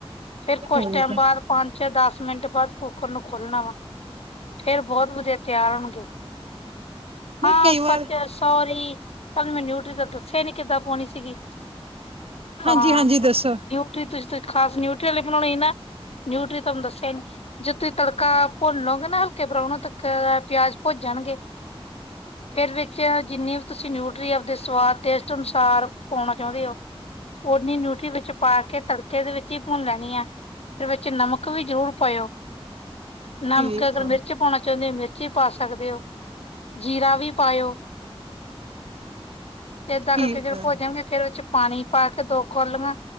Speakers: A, on the left; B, on the right.
A: ਫਿਰ ਕੁਛ
B: ਠੀਕ
A: ਟਾਈਮ
B: ਹੈ
A: ਬਾਅਦ ਪੰਜ ਜਾਂ ਦਸ ਮਿੰਟ ਬਾਅਦ ਕੁੱਕਰ ਨੂੰ ਖੋਲਣਾ ਵਾ। ਫੇਰ ਬਹੁਤ ਵਧੀਆ ਤਿਆਰ ਹੋਣਗੇ।
B: ਨਹੀਂ
A: ਹਾਂ
B: ਕਈ
A: ਸੱਚ
B: ਵਾਰ
A: ਸੋਰੀ ਤਹਾਨੂੰ ਮੈਂ ਨਿਊਟਰੀ ਦਾ ਦੱਸਿਆ ਨੀ ਕਿੱਦਾਂ ਪਾਉਣੀ ਸੀਗੀ।
B: ਹਾਂਜੀ
A: ਹਾਂ
B: ਹਾਂਜੀ ਦੱਸੋ
A: ਨਿਊ ਤੁਸੀਂ-ਤੁਸੀਂ ਖਾਸ ਨਿਊਟਰੀ ਆਲੇ ਬਣਾਉਣੇ ਸੀ ਨਾ। ਨਿਊਟਰੀ ਤੁਹਾਨੂੰ ਦੱਸਿਆ ਨੀ ਜੇ ਤੁਸੀਂ ਤੜਕਾ ਭੁਨੋਗੇ ਨਾ ਹਲਕੇ ਬਰਾਊਨ ਹੋਣ ਤੱਕ ਪਿਆਜ ਭੁਜ ਜਾਣਗੇ। ਫਿਰ ਵੇਖਿਆ ਜਿੰਨੀ ਵੀ ਤੁਸੀਂ ਨਿਊਟਰੀ ਆ। ਦੇ ਸਵਾਦ ਟੇਸਟ ਅਨੁਸਾਰ ਪਾਉਣਾ ਚਾਹੁੰਦੇ ਹੋ, ਓਨੀ ਨਿਊਟਰੀ ਵਿੱਚ ਚੁਪਾ ਕੇ ਤੜਕੇ ਦੇ ਵਿੱਚ ਹੀ ਭੁੰਨ ਲੈਣੀ ਆ। ਤੇ ਵਿੱਚ ਨਮਕ ਵੀ ਜ਼ਰੂਰ ਪਾਇਓ।
B: ਠੀਕ
A: ਨਮਕ ਅਗਰ
B: ਆ
A: ਮਿਰਚ ਪਾਣਾ ਚਾਹੁੰਦੇ ਹੋ ਮਿਰਚ ਵੀ ਪਾ ਸਕਦੇ ਹੋ, ਜੀਰਾ ਵੀ ਪਾਇਓ। ਤੇ ਏਦਾਂ
B: ਠੀਕ
A: ਕਰਕੇ ਜਦੋਂ
B: ਆ
A: ਭੁਜ ਜਾਣਗੇ। ਫਿਰ ਉਹ ਚ ਪਾਣੀ ਪਾ ਕੇ ਦੋ ਕੋਲੀਆ